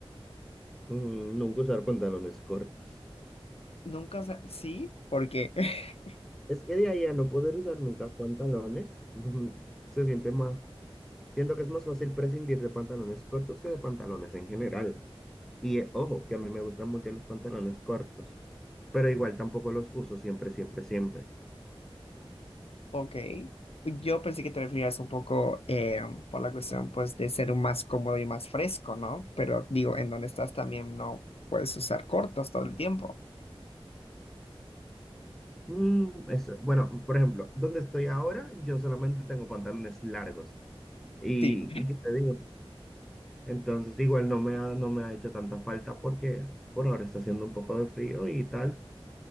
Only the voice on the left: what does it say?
Nunca, usa- sí, ¿por qué? <laughs>
Ok, yo pensé que te referías un poco eh, por la cuestión, pues, de ser un más cómodo y más fresco, ¿no? Pero digo, en donde estás también no puedes usar cortos todo el tiempo.
Sí.